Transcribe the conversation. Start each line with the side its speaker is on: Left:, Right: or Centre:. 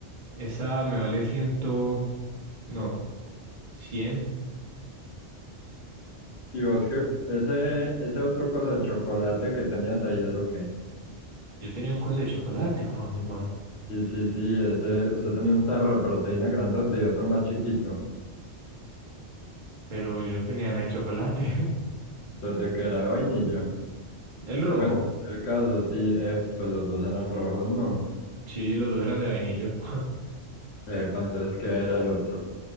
Right: Esa me vale ciento, no, cien.
Left: Y vos que ese, ese otro cosa de chocolate que tenías ahí, ¿eso qué?
Right: Yo tenía un coso de chocolate cuando, mano,
Left: Sí, sí, sí, ese, usted tenía un tarro de proteína grandote y otro más chiquito.
Right: pero yo no tenía nada de chocolate.
Left: Entonces, ¿de que era de vainilla?
Right: <laughs> El rojo,
Left: Bueno, el caso, sí, eh, pues los dos eran rojos, no.
Right: sí, los dos eran de vainillo. <laughs>
Left: Epa, entonces, ¿qué era el otro?